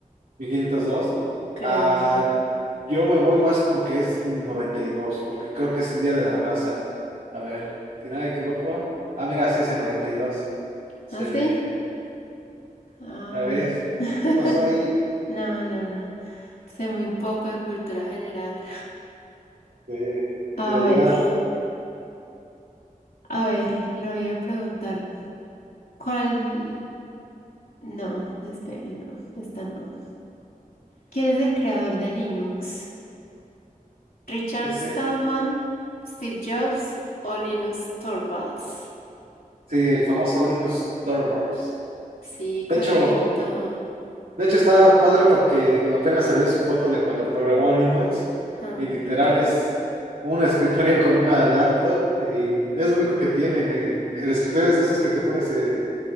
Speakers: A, on the right; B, on the left.
A: mil quinientos dos
B: Creo,
A: Ah,
B: sí.
A: yo me voy más con que es 92 porque creo que es el Día de la Raza. A ver, si no me equivoco. Ah, mira, sí es el noventa y dos Excelente.
B: ¿Ah, sí? Ah,
A: Ya
B: bueno.
A: ves,
B: <laughs>
A: ¿qué pasó ahí?
B: No, no, no. Sé muy poco de cultura general.
A: De,
B: A
A: de la llegada.
B: ver, a ver, lo voy a preguntar. ¿Cuál? No, espere, no, esta no. ¿Quién es el creador de Linux? ¿Richard
A: Ese,
B: Stallman, Steve Jobs o Linus Torvalds?
A: sí, el famoso Linus Torvalds.
B: Sí,
A: De
B: correcto.
A: hecho, De hecho, está padre porque apenas salió su foto de cuando programó Linux
B: Ah,
A: y literal es un escritorio con una laptop y es lo único que tiene. Y el escritorio es de esos que te pones, eh,